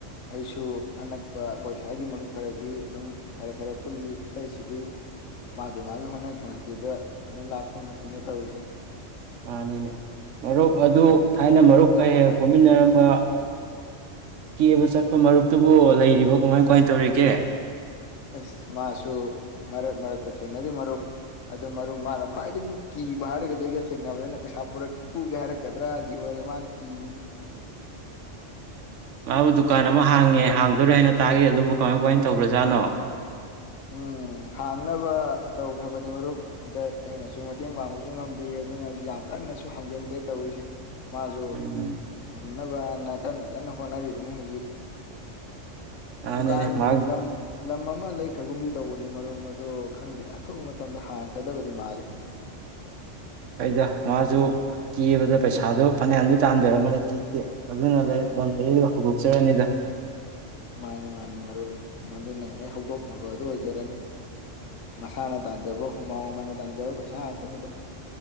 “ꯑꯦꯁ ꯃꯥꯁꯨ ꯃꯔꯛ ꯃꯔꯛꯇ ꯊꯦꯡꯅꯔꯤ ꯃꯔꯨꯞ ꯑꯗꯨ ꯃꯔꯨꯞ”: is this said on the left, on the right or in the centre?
Left